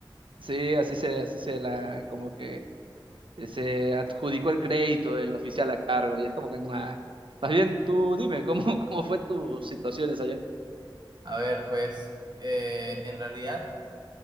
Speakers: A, on the right; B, on the right.
A: Sí, así se, así se la, como que eh, se adjudicó el crédito el oficial a cargo y es como que "Nah". Más bien tú dime cómo <laughs> cómo fue tus situaciones allá.
B: A ver, pues, eh, en realidad.